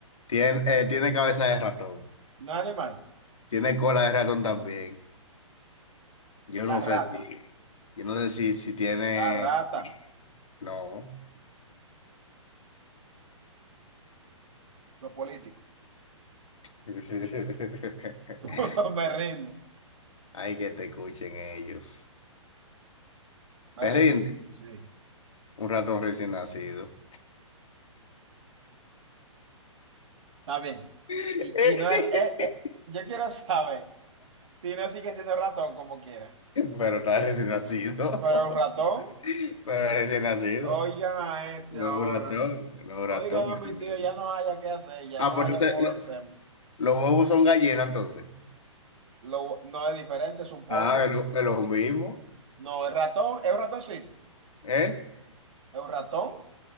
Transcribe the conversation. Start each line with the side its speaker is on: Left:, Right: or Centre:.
Left: Tiene, eh, tiene cabeza de ratón.
Right: No es animal.
Left: Tiene cola de ratón también. Yo no
Right: La
Left: sé
Right: rata.
Left: si. Yo no sé si, si tiene.
Right: La rata.
Left: No.
Right: Los políticos.
Left: <laughs>
Right: <laughs> Me rindo.
Left: Hay que te escuchen ellos.
Right: Me
Left: ¿Te
Right: rindo.
Left: rinden?
Right: Sí.
Left: Un ratón recién nacido.
Right: Está bien.
Left: <laughs>
Right: Y, y no es, eh, eh, yo quiero saber si no sigue siendo ratón como quiera.
Left: Pero está recién nacido.
Right: Pero un ratón,
Left: <laughs> Pero recién nacido.
Right: oigan a este
Left: No
Right: ahora.
Left: es un ratón, no es un
Right: Oigan
Left: ratón.
Right: a mi tío, ya no haya qué hacer, ya
Left: Ah,
Right: no
Left: pues
Right: haya
Left: entonces
Right: cómo
Left: lo-
Right: vencerme.
Left: los huevos son gallinas entonces.
Right: Lo, no es diferente, es un pollo.
Left: Ah, es lo, es lo mismo.
Right: No, el ratón es un ratoncito.
Left: ¿Eh?
Right: Es un ratón